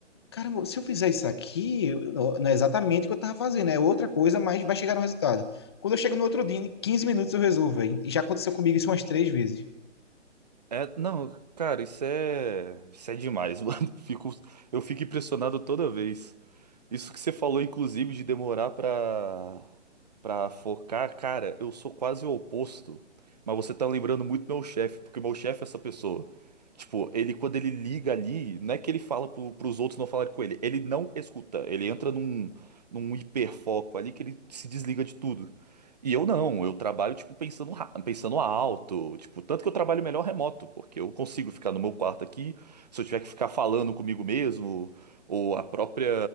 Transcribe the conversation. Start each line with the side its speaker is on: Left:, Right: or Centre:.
Left: Caramba, se eu fizer isso aqui, eu- não é exatamente o que eu tava fazendo, é outra coisa, mas vai chegar no resultado. Quando eu chego no outro dia, em 15 minutos eu resolvo. véi. E já aconteceu comigo isso umas três vezes.
Right: É, não, cara, isso é. Isso é demais, <laughs> mano. Fico, eu fico impressionado toda vez. Isso que você falou, inclusive, de demorar pra, pra focar, cara, eu sou quase o oposto. Mas você tá lembrando muito meu chefe, porque meu chefe é essa pessoa. Tipo, ele quando ele liga ali, não é que ele fala pro, pros outros não falarem com ele, ele não escuta, ele entra num, num hiperfoco ali que ele se desliga de tudo. E eu não, eu trabalho, tipo, pensando, ra- pensando alto, tipo, tanto que eu trabalho melhor remoto, porque eu consigo ficar no meu quarto aqui, se eu tiver que ficar falando comigo mesmo. Ou a própria